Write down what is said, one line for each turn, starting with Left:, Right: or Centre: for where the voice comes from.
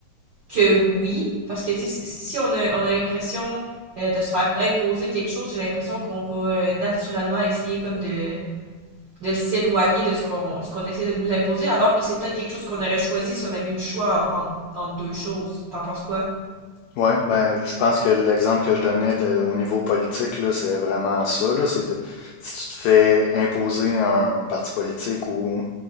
Right: que oui, parce que tu sais, si si on a, on a l'impression euh, de se faire imposer quelque chose, j'ai l'impression qu'on va euh, naturellement essayer comme de, de s'éloigner de ce qu'on ce qu'on essaie de nous imposer, alors que c'est peut-être quelque chose qu'on aurait choisi si on avait eu le choix en, en- entre deux choses. T'en penses quoi?
Left: Oui, ben, je pense que l'exemple que je donnais de- au niveau politique, là, c'est vraiment ça, là, c'est de, si tu te fais imposer un parti politique ou